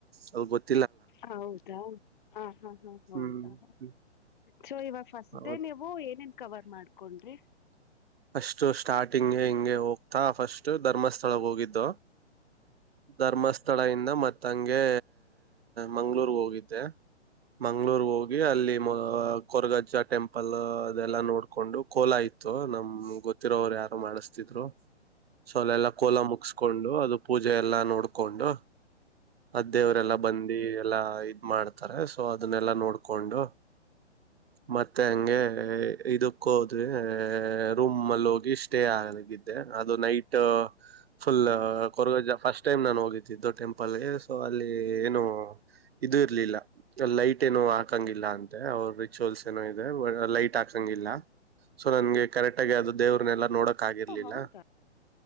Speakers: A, on the right; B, on the left.
A: ಅ ಗೊತ್ತ
B: ಹೌದಾ ಹ ಹ ಹಾ ಹೌದಾ
A: ಹ್ಮ್ ಹ್ಮ್
B: ಸೊ ಇವಾಗ ಫಸ್ಟ್
A: ಹೌದು
B: ಡೇ ನೀವು ಏನೇನ್ ಕವರ್ ಮಾಡ್ಕೊಂಡ್ರಿ
A: ಫಸ್ಟ್ ಸ್ಟಾರ್ಟಿಂಗ್ಗೆ ಹಿಂಗೆ ಹೋಗ್ತಾ ಫಸ್ಟ್ ಧರ್ಮಸ್ಥಳ ಹೋಗಿದ್ದು ಧರ್ಮಸ್ಥಳ ಇದ ಮತ್ತಂಗೆ ಮಂಗಳೂರ್ ಹೋಗಿದ್ದೆ ಮಂಗಳೂರ್ ಹೋಗಿ ಅಲ್ಲಿ ಮ ಕೊರಗಜ್ಜ ಟೆಂಪಲ್ ಅದೆಲ್ಲಾ ನೋಡ್ಕೊಂಡು ಕೋಲಾ ಇತ್ತು ನಮ್ ಗೊತ್ತಿರೋವರು ಯಾರು ಮಾಡಿಸ್ತಿದ್ರು ಸೊ ಅಲ್ಲೆಲ್ಲಾ ಕೋಲಾ ಮುಗಸ್ಕೊಂಡು ಅದು ಪೂಜೆ ಎಲ್ಲಾ ನೋಡ್ಕೊಂಡು ಅ ದೇವರೆಲ್ಲ ಬಂದ ಎಲ್ಲಾ ಇದ್ ಮಾಡ್ತಾರೆ ಸೊ ಅದನ್ನೆಲ್ಲಾ ನೋಡ್ಕೊಂಡು ಮತ್ತೆ ಹಂಗೆ ಇದಕ್ಕ ಹೋದ್ವಿ ರೂಮ್ಲ್ಲಿ ಹೋಗಿ ಸ್ಟೇ ಆಗಿದ್ದೆ ಅದು ನೈಟ್ ಫುಲ್ ಕೊರಗ್ಜ ಫಸ್ಟ್ ಟೈಮ್ ನಾನು ಹೋಗಿದ್ದಿದ್ದು ಟೆಂಪಲ್ಗೆ ಸೊ ಅಲ್ಲಿ ಏನು ಇದು ಇರ್ಲಿಲ್ಲ ಲೈಟ್ ಏನು ಹಾಕಂಗಿಲ್ಲ ಅಂತೆ ಅವ್ರ ರಿಚುವಲ್ಸ್ ಏನೋ ಇದೆ ಲೈಟ್ ಹಾಕಂಗಿಲ್ಲ ಸೊ ನನ್ಗೆ ಕರೆಕ್ಟ್ ಆಗಿ ಅದು ದೇವ್ರನ್ನಲ್ಲ ನೋಡಕ್ ಆಗಿರ್ಲಿಲ್ಲ
B: ಓ ಹೌದಾ